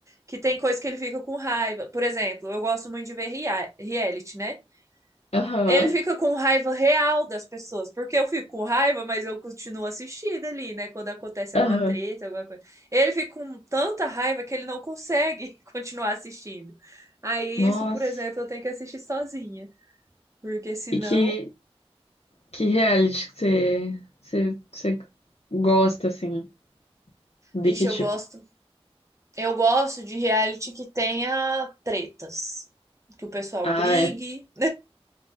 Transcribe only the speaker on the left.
Aham.
Aham.
Nossa.
E que que reality que você você você gosta assim? De
que
tipo?
Ah,
é.